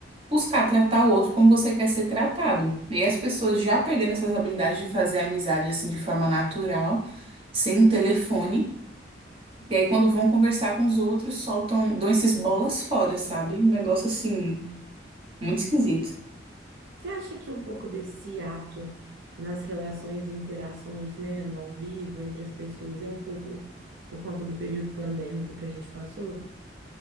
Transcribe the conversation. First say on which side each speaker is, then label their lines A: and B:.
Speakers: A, on the right; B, on the right.
A: buscar tratar o outro como você quer ser tratado. E as pessoas já perderam essas habilidades de fazer amizade assim de forma natural, sem telefone. E aí, quando vão conversar com os outros, soltam, dão esses bolas fora, sabe? Um negócio assim, muito esquisito.
B: Você acha que um pouco desse ato nas relações e interações, né, no ao vivo, entre as pessoas, é um pouco por conta do período pandêmico que a gente passou?